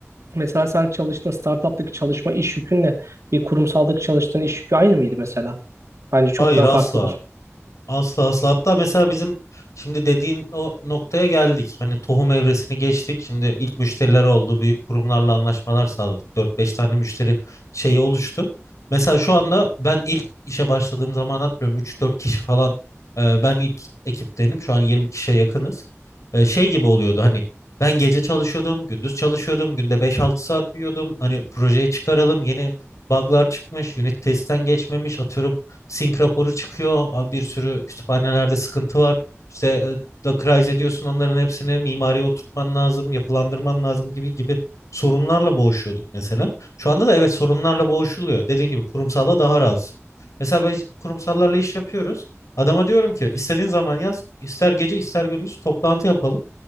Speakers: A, on the right; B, on the left.
A: mesela sen çalıştığın startuptaki çalışma iş yükünle bir kurumsaldaki çalıştığın iş yükü aynı mıydı mesela? Bence çok
B: Hayır
A: daha
B: asla.
A: farklıdır.
B: Asla asla. Hatta mesela bizim şimdi dediğin o noktaya geldik. Hani tohum evresini geçtik. Şimdi ilk müşteriler oldu. Büyük kurumlarla anlaşmalar sağladık. dört beş tane müşteri şeyi oluştu. Mesela şu anda ben ilk işe başladığım zaman hatırlıyorum üç dört kişi falan e, ben ilk ekiptenim. Şu an 20 kişiye yakınız. E, şey gibi oluyordu hani ben gece çalışıyordum, gündüz çalışıyordum, günde beş altı saat uyuyordum. Hani projeye çıkaralım, yeni bug'lar çıkmış, unit testten geçmemiş, atıyorum Sync raporu çıkıyor. Abi Bir sürü kütüphanelerde sıkıntı var. İşte e, Dockerize ediyorsun onların hepsini mimariye oturtman lazım, yapılandırman lazım gibi gibi sorunlarla boğuşuyorduk mesela. Şu anda da evet sorunlarla boğuşuluyor. Dediğin gibi kurumsalla daha rahatsın. Mesela biz kurumsallarla iş yapıyoruz. Adama diyorum ki istediğin zaman yaz, ister gece ister gündüz toplantı yapalım.